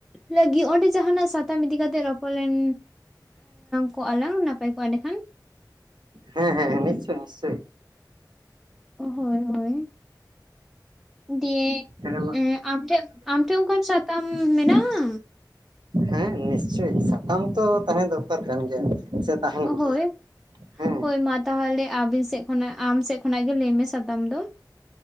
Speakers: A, in the centre; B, on the right (about 75°).
A: ᱞᱟᱹᱜᱤᱫ ᱚᱸᱰᱮ ᱡᱟᱦᱟᱸᱱᱟᱜ ᱥᱟᱛᱟᱢ ᱤᱫᱤ ᱠᱟᱛᱮ ᱨᱚᱯᱚᱲᱮᱱ ᱠᱚᱜ ᱟᱞᱟᱝ ᱱᱟᱯᱟᱭ ᱠᱚᱜᱼᱟ ᱮᱸᱰᱮᱠᱷᱟᱱ
B: ᱦᱮᱸ ᱦᱮᱸᱮᱸ ᱱᱤᱥᱪᱳᱭ ᱱᱤᱥᱪᱳᱭ
A: ᱦᱳᱭ ᱦᱳᱭ ᱫᱤᱭᱮ
B: ᱦᱮᱸ
A: ᱟᱢ ᱴᱷᱮᱱ ᱟᱢ ᱴᱷᱮᱱ ᱚᱱᱠᱟᱱ ᱥᱟᱛᱟᱢ ᱢᱮᱱᱟᱜᱼᱟ
B: ᱦᱮᱸ ᱱᱤᱥᱪᱳᱭ ᱥᱟᱛᱟᱢ ᱛᱚ ᱛᱟᱦᱮᱸ ᱫᱚᱨᱠᱟᱨ ᱠᱟᱱ ᱜᱮᱭᱟ ᱛᱟᱦᱮᱱ
A: ᱦᱳᱭ
B: ᱜᱮᱭᱟ ᱦᱮᱸ
A: ᱦᱳᱭ ᱢᱟ ᱛᱟᱦᱚᱞᱮ ᱟᱵᱤᱱ ᱥᱮᱫ ᱠᱷᱚᱱᱟᱜ ᱟᱢ ᱥᱮᱫ ᱠᱷᱚᱱᱟᱜ ᱜᱮ ᱞᱟᱹᱭ ᱢᱮ ᱥᱟᱛᱟᱢ ᱫᱚ